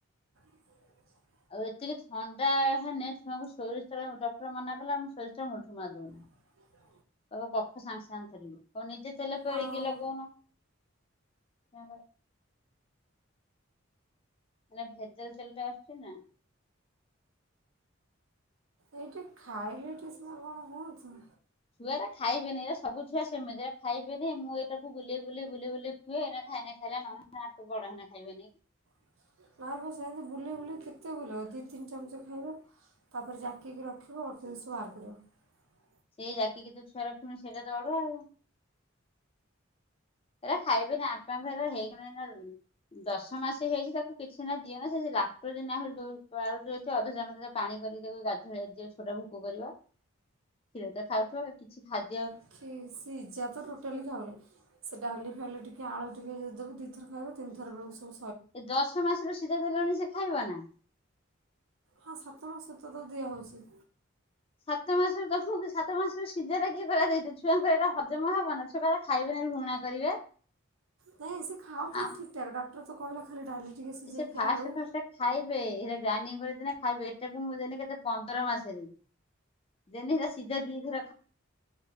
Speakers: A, on the right (about 75°); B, on the left (about 25°).
A: <inaudible>
B: ଆଉ ଏତିକି ଥଣ୍ଡା ହେନେ ଛୁଆ କୁ ସୋରିଷ ତେଲ ଡକ୍ଟର ମନା କଲା ଆମେ ସୋରିଷ ତେଲ ମୋଟରୁ ମାରି ଦୋଉ ନା।
A: ହ
B: ତବ କଫ ସାଙ୍ଗେ ସାଙ୍ଗେ ଧରିବ କଣ ନିଜେ ତେଲ ପେଡେଇକି
A: ଆଉ
B: ଲଗଉନ। <unintelligible> ମାନେ ଭେଜାଲ ତେଲ ଟା ଆସୁଛି ନା?
A: ଏଇଠି ଖାଇଲେ ଏଠି ସିନା କଣ କହୁଛି?
B: ଛୁଆରା ଖାଇବେନି, ଏ ସବୁ ଛୁଆ ସେମିତି, ଏରା ଖାଇବେନି, ମୁଁ ଏଇଟାକୁ ବୁଲେଇ ବୁଲି ବୁଲି ବୁଲି ଖୁଏ। ଖାଇ ଖାଇଲା ନ ଖାଇ ବଡ ହେ ଖାଇବେ ନାଇକ କି?
A: <inaudible> ଆ ହୁ ସେଆ ନା ବା ସେମିତି ବୁଲେଇ ବୁଲେଇ କେତେ ବୁଲିବ ଦୁଇ ତିନି ଚାମଚ ଖାଇବ ତାପରେ ଜାକିକି ରଖିବ। ପକ୍ଷୀରୁ ସୁବାର କରୁ <unintelligible>
B: ସେଇ ଜାକିକି ତ ଛୁଆ ରଖିବନି ସେଇଟା ତ ଅଡ଼ୁଆ ଆଉ। ହେରା ଖାଇବେନି ଆପା ଫର ହେଇଗଲେଣି ନା ଦଶ ମାସ ହେଇଛି ତାକୁ କିଛି ନା ଦିଅନ ସେ। ଲାକ୍ଟୋଜିନ୍ ଆହୁରି ଦୋଉ-ଉଛୁ ଅଧ ଚାମଚ ନା ପାଣି କରିକି ଗାଧୁଆବେଳେ ଛୁଆଟା କୁ ଭୋକ କରିବ। କ୍ଷୀରଦ ଖାଉଥ କିଛି ଖା୍ୟ <unintelligible>
A: କି ସେ ସିଜା ତ ଟୋଟାଲି ଖାଉନି ସେ ଡାଲି ଡାଲି ଟିକେ, ଆଳୁ ଟିକେ, ଯଦି ଦବୁ ଦୁଇ ଥର ଖାଇବ ତିନିଥର ବେଳକୁ ସୁ
B: ଏ ଦଶ ମାସରୁ ସିଧା ଦେଲଣି, ସେ ଖାଇବ ନା
A: ହଁ ସାତମାସ ରୁ ତ ଦିଆହେଉଛି।
B: ସାତ ମାସରୁ, ତମକୁ ସାତ ମାସରୁ ସିଝାଟା କିଏ କହିଲା ଦେଇଦେ, ଛୁଆଙ୍କର ଏଟା ହଜମ ହବନା, ଛୁଆପା ଏରା ଖାଇବେନି। ଘୃଣା କରିବେ।
A: ନାଇଁ ସେ ଖାଉ ଥିଲେ
B: ଆମ
A: ଠିକ ଠାକ୍, ଡାକ୍ଟର ତ କହିଲ ଖା ଡାଲି ଟିକେ ସିଝେଇକି
B: ସେ ଫାଷ୍ଟ
A: ଆଳୁ
B: ଫାଷ୍ଟ ଖାଇବେ, ସେଇଟା ଗ୍ରାଇଣ୍ଡି କରି ନା ଖାଇବେ ଏଇଟାକୁ ମୁଁ ଦେଲି କେତେ ପନ୍ଦର ମାସରେ। <unintelligible> ଛୁଆ